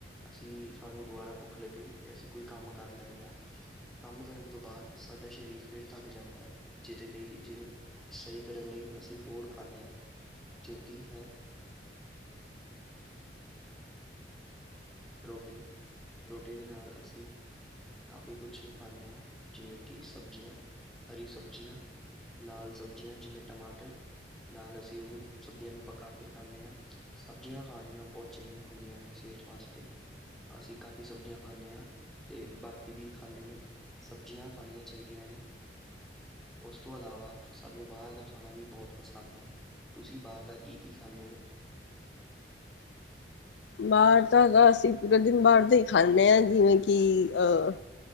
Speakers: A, in the centre; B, on the left.
A: ਅਸੀਂ ਸਾਨੂੰ ਦੁਬਾਰਾ ਭੁੱਖ ਲੱਗੇ ਅਤੇ ਅਸੀਂ ਕੋਈ ਕੰਮ ਕਰ ਲੈਂਦੇ ਹਾਂ ਕੰਮ ਕਰਨ ਤੋਂ ਬਾਅਦ ਸਾਡਾ ਸਰੀਰ ਫਿਰ ਥੱਕ ਜਾਂਦਾ ਹੈ ਜਿਹਦੇ ਲਈ ਜਿਹਨੂੰ ਸਹੀ ਕਰਨ ਲਈ ਅਸੀਂ ਹੋਰ ਖਾਂਦੇ ਹਾਂ ਜੋ ਕਿ ਹੈ ਰੋਟੀ ਰੋਟੀ ਦੇ ਨਾਲ ਅਸੀਂ ਕਾਫ਼ੀ ਕੁਛ ਖਾਂਣੇ ਹਾਂ ਜਿਵੇਂ ਕਿ ਸਬਜ਼ੀਆਂ ਹਰੀ ਸਬਜ਼ੀਆਂ ਲਾਲ ਸਬਜ਼ੀਆਂ ਜਿਵੇਂ ਟਮਾਟਰ ਨਾਲ ਅਸੀਂ ਉਹਨੂੰ ਸਬਜ਼ੀਆਂ ਨੂੰ ਪਕਾ ਕੇ ਖਾਂਣੇ ਹਾਂ ਸਬਜ਼ੀਆਂ ਖਾਣੀਆਂ ਬਹੁਤ ਚੰਗੀਆਂ ਹੁੰਦੀਆਂ ਨੇ ਸਿਹਤ ਵਾਸਤੇ। ਤੇ ਅਸੀਂ ਕਾਫ਼ੀ ਸਬਜ਼ੀਆਂ ਖਾਂਣੇ ਹਾਂ ਤੇ ਬਾਕੀ ਵੀ ਖਾਂਦੇ ਨੇ ਸਬਜ਼ੀਆਂ ਖਾਣੀਆਂ ਚਾਹੀਦੀਆਂ ਨੇ। ਉਸ ਤੋਂ ਇਲਾਵਾ ਸਾਨੂੰ ਬਾਹਰ ਦਾ ਖਾਣਾ ਵੀ ਬਹੁਤ ਪਸੰਦ ਹੈ ਤੁਸੀਂ ਬਾਹਰ ਦਾ ਕੀ ਕੀ ਖਾਂਣੇ ਹੋ।
B: ਬਾਹਰ ਤਾਂ ਹੈਗਾ ਅਸੀਂ ਪੂਰਾ ਦਿਨ ਬਾਹਰ ਖਾਂਦੇ ਹਾਂ ਜਿਵੇਂ ਕਿ ਕਿ ਅਹ